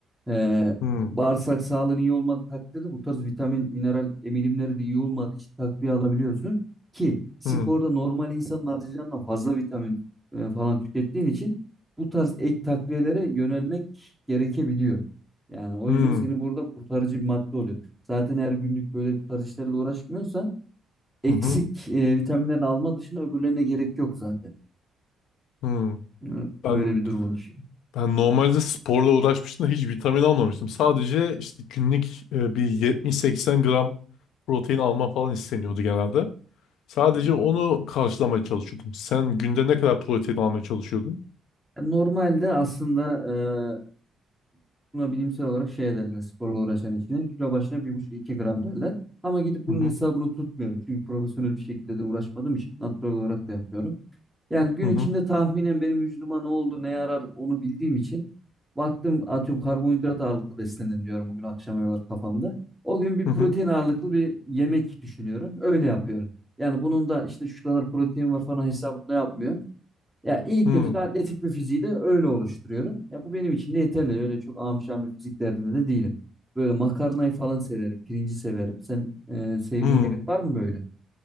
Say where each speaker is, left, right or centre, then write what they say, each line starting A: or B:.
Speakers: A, in the centre; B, on the left.
A: Ee,
B: hı
A: bağırsak sağlığın iyi olmadığı takdirde bu tarz vitamin, mineral emilimleri de iyi olmadığı için takviye alabiliyorsun. Ki sporda
B: hı
A: normal insanın harcayacağından fazla vitamin e, falan tükettiğin için bu tarz ek takviyelere yönelmek gerekebiliyor. Yani o
B: hı
A: yüzden seni burada kurtarıcı bir madde oluyor. Zaten her günlük böyle bu tarz işlerle uğraşmıyorsan eksik
B: hı
A: e, vitaminlerini alma dışında öbürlerine gerek yok zaten.
B: hı.
A: Hı, Öyle
B: Ben
A: bir durum oluşuyor.
B: Ben normalde sporla uğraşmıştım da hiç vitamin almamıştım. Sadece işte günlük e, bir 70-80 gram protein alma falan isteniyordu genelde. Sadece
A: Hmm.
B: onu karşılamaya çalışıyordum. Sen günde ne kadar protein almaya çalışıyordun?
A: Normalde aslında e, Buna bilimsel olarak şey derler sporla uğraşan için. Kilo başına bir buçuk iki gram derler. Ama gidip bunun
B: Hı hı
A: hesabını tutmuyorum. Çünkü profesyonel bir şekilde de uğraşmadığım için natural olarak da yapıyorum. Yani gün
B: hı hı
A: içinde tahminen benim vücuduma ne oldu, ne yarar onu bildiğim için baktım atıyorum karbonhidrat ağırlıklı beslenin diyorum bugün akşama kadar kafamda. O gün bir
B: hı
A: protein ağırlıklı bir yemek düşünüyorum. Öyle yapıyorum. Yani bunun da işte şu kadar protein var falan hesabını da yapmıyorum. Ya iyi
B: hı
A: kötü
B: hı.
A: de atletik bir fiziği de öyle oluşturuyorum. Ya bu benim için de yeterli. Öyle çok amşan bir fizik derdinde de değilim. Böyle makarnayı falan severim. Pirinci severim. Sen e, sevdiğin
B: hı.
A: yemek var mı böyle?